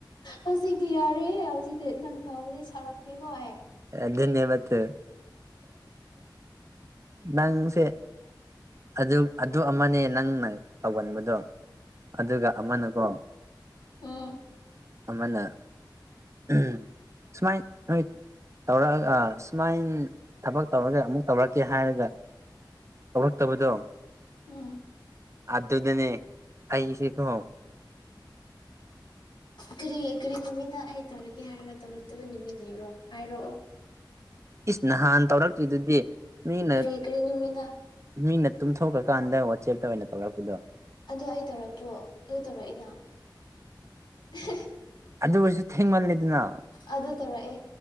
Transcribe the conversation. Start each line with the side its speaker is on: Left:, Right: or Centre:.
Left: ꯍꯧꯖꯤꯛꯇꯗꯤ ꯌꯥꯔꯦ ꯍꯧꯖꯤꯛꯇꯤ ꯅꯪ ꯊꯝꯃꯗꯤ ꯁꯥꯎꯔꯛꯅꯤꯀꯣ ꯑꯩ
Right: ꯑꯗꯨꯅꯦꯕ ꯇꯨ ꯅꯪꯁꯦ ꯑꯗꯨ ꯑꯗꯨ ꯑꯃꯅꯦ ꯅꯪꯅ ꯇꯧꯒꯟꯕꯗꯣ ꯑꯗꯨꯒ ꯑꯃꯅꯀꯣ
Left: ꯎꯝ
Right: ꯑꯃꯅ ꯎꯝ ꯁꯨꯃꯥꯏ ꯅꯣꯏ ꯇꯧꯔꯛꯑꯒ ꯁꯨꯃꯥꯏ ꯊꯕꯛ ꯇꯧꯔꯒ ꯑꯃꯨꯛ ꯇꯧꯔꯛꯀꯦ ꯍꯥꯏꯔꯒ ꯇꯕꯗꯣ
Left: ꯎꯝ
Right: ꯑꯗꯨꯗꯅꯦ ꯑꯩꯁꯦ ꯀꯣ
Left: ꯀꯔꯤ ꯀꯔꯤ ꯅꯨꯃꯤꯠꯗ ꯑꯩ ꯇꯧꯔꯛꯀꯦ ꯍꯥꯏꯔꯒ ꯇꯧꯔꯛꯇꯕ ꯅꯨꯃꯤꯠ ꯂꯩꯕꯔꯣ ꯍꯥꯏꯔꯛꯑꯣ
Right: ꯏꯁ ꯅꯍꯥꯟ ꯇꯧꯔꯛꯇ꯭ꯔꯤꯗꯨꯗꯤ ꯃꯤꯅ
Left: ꯀꯔꯤ ꯀꯔꯤ ꯅꯨꯃꯤꯠꯅꯣ
Right: ꯃꯤꯅ ꯇꯨꯝꯊꯣꯛꯈ꯭ꯔꯀꯥꯟꯗ ꯋꯥꯆꯦꯞꯇ ꯑꯣꯏꯅ ꯇꯧꯔꯛꯄꯗꯣ
Left: ꯑꯗꯨ ꯑꯩ ꯇꯧꯔꯛꯇ꯭ꯔꯣ ꯑꯗꯨ ꯇꯧꯔꯛꯏꯅ <unintelligible>
Right: ꯑꯗꯨ ꯑꯣꯏꯁꯨ ꯊꯦꯡꯃꯜꯂꯦꯗꯅ
Left: ꯑꯗꯨ ꯇꯧꯔꯛꯑꯦ